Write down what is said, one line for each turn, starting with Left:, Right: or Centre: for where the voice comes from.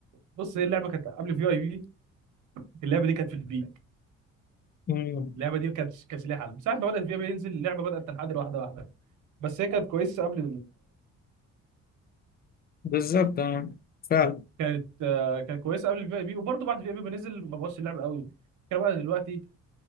Right: بص هي اللعبه كانت قبل في اي في اللعبه دي كانت في البيك
Left: مم.
Right: اللعبه دي كانت كانت ليها حل من ساعه ما بدات في اي بي ينزل اللعبه بدات تنحدر واحده واحده بس هي كانت كويسه قبل
Left: بالظبط آه. فعلا
Right: كانت آه، كانت كويسه قبل الفي اي بي وبرده بعد الفي اي بي بنزل ما بوظش اللعبه قوي الفكره بقى دلوقتي